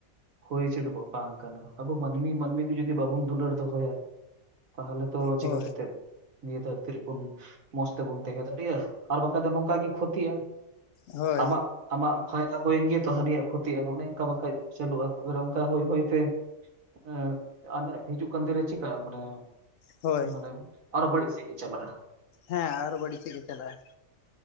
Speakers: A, on the right; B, on the left.
A: ᱦᱩᱭ ᱩᱪᱤᱫ ᱵᱟᱹ ᱵᱟᱝ ᱠᱟᱱᱟ ᱟᱵᱚ ᱢᱟᱹᱱᱢᱤ-ᱢᱟᱹᱱᱢᱤ ᱡᱩᱫᱤ ᱵᱟᱵᱚᱱ ᱫᱩᱞᱟᱹᱲ ᱫᱚᱦᱚᱭᱟ ᱛᱟᱦᱚᱞᱮ ᱛᱚ ᱪᱮᱠᱟ
B: ᱦᱳᱭ
A: ᱠᱟᱛᱮᱜ ᱱᱤᱭᱟᱹ ᱫᱷᱟᱹᱨᱛᱤ ᱨᱮᱵᱩᱱ ᱢᱚᱸᱡᱽ ᱛᱮᱵᱚᱱ ᱛᱮᱦᱮᱸ ᱫᱟᱲᱮᱭᱟᱜᱼᱟ᱾ ᱟᱨ ᱵᱟᱠᱷᱟᱡ ᱫᱚ ᱱᱚᱝᱠᱟ ᱜᱮ ᱠᱷᱚᱛᱤᱜᱼᱟ
B: ᱦᱳᱭ
A: ᱟᱢᱟᱜ ᱟᱢᱟᱜ ᱯᱷᱟᱭᱫᱟ ᱜᱮ ᱛᱚ ᱦᱟᱹᱱᱤᱭᱟᱜ ᱠᱷᱚᱛᱤᱜᱼᱟ, ᱚᱱᱮ ᱮᱝᱠᱟ ᱵᱟᱠᱷᱟᱡ ᱪᱟᱹᱞᱩᱜᱼᱟ ᱮᱵᱟᱨᱮ ᱚᱝᱠᱟ ᱦᱳᱭ ᱦᱳᱭ ᱛᱮ ᱮ ᱟᱞᱮ ᱦᱤᱡᱩᱜ ᱠᱟᱱ ᱫᱤᱱ ᱨᱮ ᱪᱤᱠᱟᱹᱜᱼᱟ ᱢᱟᱱᱮ
B: ᱦᱳᱭ
A: ᱢᱟᱱᱮ ᱟᱨᱚ ᱵᱟᱹᱲᱤᱡ ᱥᱮᱜ ᱜᱤ ᱪᱟᱞᱟᱜᱼᱟ᱾
B: ᱦᱮᱸ ᱟᱨᱚ ᱵᱟᱹᱲᱤᱡ ᱥᱮᱜ ᱜᱮ ᱪᱟᱞᱟᱜᱼᱟ᱾